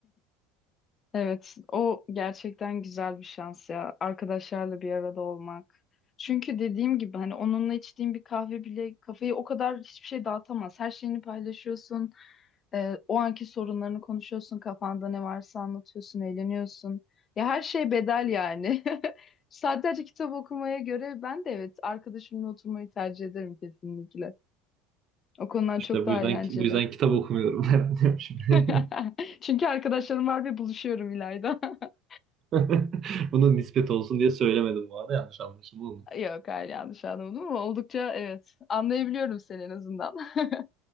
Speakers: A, on the left; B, on the right.
A: Evet, o gerçekten güzel bir şans ya. Arkadaşlarla bir arada olmak. Çünkü dediğim gibi hani onunla içtiğin bir kahve bile kafayı o kadar hiçbir şey dağıtamaz. Her şeyini paylaşıyorsun. e, o anki sorunlarını konuşuyorsun. Kafanda ne varsa anlatıyorsun, eğleniyorsun. Ya her şey bedel yani. <laughs> Saatlerce kitap okumaya göre ben de evet arkadaşımla oturmayı tercih ederim kesinlikle. O konular
B: İşte
A: çok daha
B: bu yüzden
A: eğlenceli.
B: bu yüzden kitap okumuyorum <laughs> herhalde şimdi.
A: <laughs> Çünkü arkadaşlarım var ve buluşuyorum İlayda. <laughs>
B: <laughs> Bunun nispet olsun diye söylemedim bu arada yanlış anlaşılma
A: Yok hayır yanlış anlamadım ama oldukça evet anlayabiliyorum seni en azından. <laughs>